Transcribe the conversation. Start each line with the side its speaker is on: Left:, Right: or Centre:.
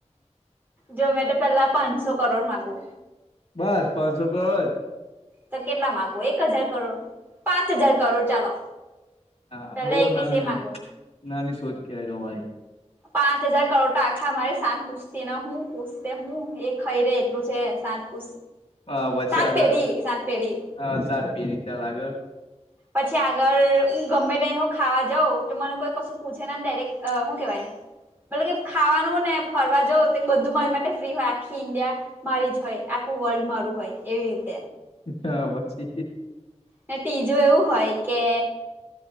Right: જો મેં તો પેલા પાંચસો કરોડ માગુ
Left: બસ પાંચસો કર જ
Right: તો કેટલા મામાંગો એક હજાર કરોડ પાંચ હજાર કરોડ ચાલો.
Left: હા
Right: પલા
Left: બહુ
Right: એકવીસ
Left: નાની
Right: એ માગો?
Left: નાની સોધ કે આ રહાઈ
Right: પાંચ હજાર કરોડ તો આખા મારી સાત પુછતી ના હુ. પૂછતે હું એ ખઈ રે એટલું છે શંત પુ
Left: હા પછી
Right: સાંત
Left: આગળ
Right: પેઢી સાંત પેઢી
Left: હા સાત પી રીતે લગળ
Right: પછી આગળ હું ગમે ટાઈમ હું ખાવા જઉં તો મને કોઈ કશું પૂછે ને ડાયરેક્ટ હું કેવાય- - મતલબ કે ખાવાનું હો ને ફરવા જઉ તો બધું મારી માટે ફ્રી હોય આખી ઇન્ડિયા મારી જ હોય આખું વર્લ્ડ મારું હોય એવી રીતે- -
Left: હા પછી.
Right: ને ત્રીજું એવું હોય કે